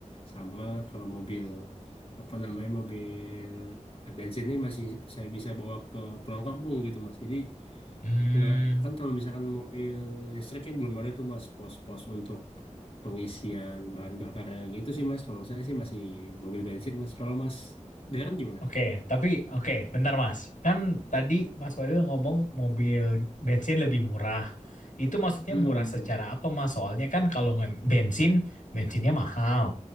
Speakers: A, on the left (about 45°); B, on the left (about 85°).
A: sama kalau mobil apa namanya mobil eh, bensin ini masih saya bisa bawa ke pulang kampung gitu mas jadi
B: hmm,
A: nggak kan kalau misalkan mobil listrik kan belum ada tuh mas pos-pos untuk pengisian bahan bakarnya gitu sih mas kalau saya sih masih mobil bensin mas kalau mas Darren gimana?
B: Oke, tapi oke, bentar Mas. Kan tadi Mas Walil ngomong mobil bensin lebih murah. Itu maksudnya
A: Hmm,
B: murah secara apa Mas? Soalnya kan kalau nge- bensin, bensinnya mahal.